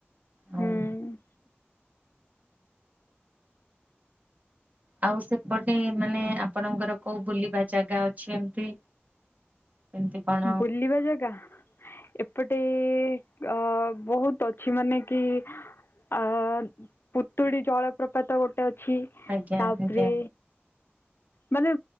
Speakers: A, on the right; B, on the left.
A: ଆଉ
B: ହୁଁ।
A: ଆଉ ସେପଟେ ମାନେ ଆପଣଙ୍କର କୋଉ ବୁଲିବା ଜାଗା ଅଛି ଏମତି। ଏମତି କଣ
B: ବୁଲିବା ଜାଗା। ଏପଟେ ଅ ବହୁତ ଅଛି ମାନେ କି ଅ ପୁତୁଡ଼ି ଜଳପ୍ରପାତ ଗୋଟେ ଅଛି
A: ଆଜ୍ଞା
B: ତାପରେ।
A: ଆଜ୍ଞା।
B: ମାନେ